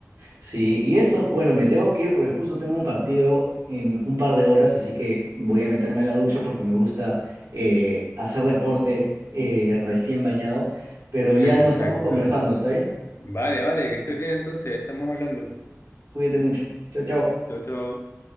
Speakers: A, on the right; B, on the left.
A: Sí, y eso, bueno, me tengo que ir porque justo tengo un partido en un par de horas, así que voy a meterme a la ducha porque me gusta eh, hacer deporte eh, recién bañado, pero ya
B: Perfecto.
A: no estamos conversando, ¿está bien?
B: Vale, vale, que estés bien entonces, estamos hablando.
A: Cuídate mucho. Chau, chau.
B: Chao, chao.